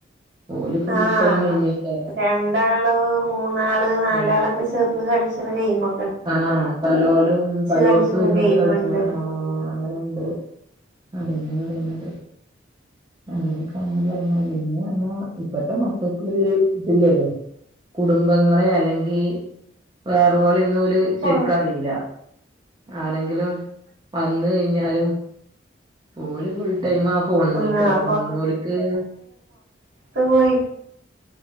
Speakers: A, on the right; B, on the right.
A: ഓല് ഫുൾ
B: ആഹ്
A: ടൈം അയിമേക്കാര്ന്ന്
B: രണ്ടാള് മൂന്നാള് നാലാളൊക്കെ
A: ആഹ്
B: ചേർന്ന് കളിച്ചണ ഗെയിമാ
A: ആഹ് പലോലും പലോടത്തും
B: കളിച്ച്ണ
A: ഇരുന്നിട്ട്
B: ഗെയിമ്ണ്ട്
A: കളിച്ചണ ആഹ് അങ്ങനുണ്ട് അതന്നാ പറയുന്നത് അങ്ങനെ <unintelligible> ഇപ്പത്തെ മക്കക്ക് ഒരു ഇതില്ലല്ലോ കുടുംബങ്ങളെ അല്ലെങ്കി വേറെള്ളോലെ ഒന്ന് ഓല് ശരിക്കറിയില്ല.
B: ആഹ്
A: ആരെങ്കിലും വന്ന് കഴിഞ്ഞാലും ഓല് ഫുൾ ടൈമ് ആഹ് ഫോണുമേക്കാലും
B: ആഹ്
A: വന്ന ഓല്ക്ക്
B: ത്ത് പോയി